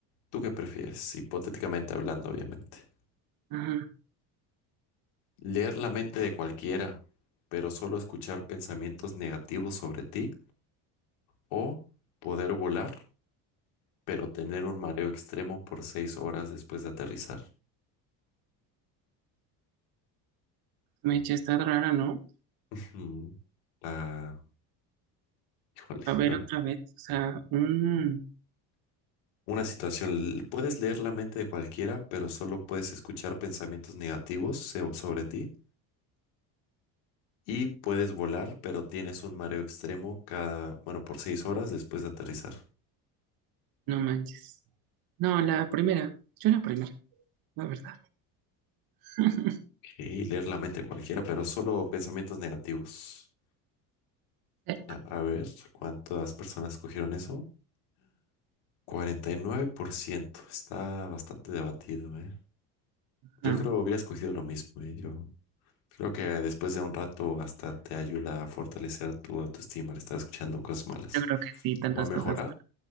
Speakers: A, on the left (about 80°); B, on the right (about 65°).
A: ¿tú qué prefieres? Hipotéticamente hablando, obviamente.
B: Ujú.
A: Leer la mente de cualquiera, pero solo escuchar pensamientos negativos sobre ti, o poder volar, pero tener un mareo extremo por seis horas después de aterrizar.
B: Me eché, está rara, ¿no?
A: Mm, ah, híjole,
B: A ver
A: yo-
B: otra vez. O sea, mm,
A: una situación, l- puedes leer la mente de cualquiera, pero solo puedes escuchar pensamientos negativos se- sobre ti, y puedes volar, pero tienes un mareo extremo cada, bueno, por seis horas después de aterrizar.
B: no manches. No, la primera. Yo la primera, la verdad. <laughs>
A: Y leer la mente de cualquiera, pero solo pensamientos negativos.
B: Sí,
A: A, a ver, ¿cuántas personas cogieron eso? 49%. Está bastante debatido, ¿eh? Yo
B: ajá.
A: creo hubiera escogido lo mismo, ¿eh? Yo creo que después de un rato hasta te ayuda a fortalecer tu autoestima al estar escuchando cosas malas.
B: Yo creo que sí, tantas
A: O a mejorar,
B: cosas.